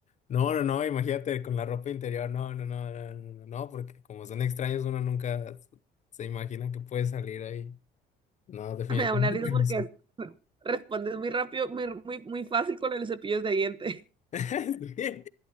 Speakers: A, on the left; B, on the right.
A: No, no, no, imagínate con la ropa interior, no, no, no, no, no, no, no, porque como son extraños uno nunca s- se imagina que puede salir ahí. No, definitivamente
B: <laughs> Me da una risa porque
A: no sé.
B: respondes muy rápido, muy, muy, muy fácil con los cepillos de diente.
A: <laughs> Sí,